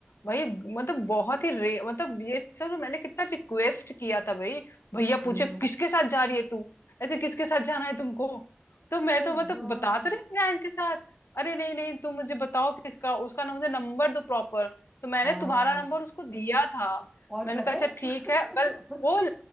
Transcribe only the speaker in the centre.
I
know
Oh
God
हाँ
और
पता
है
<laughs>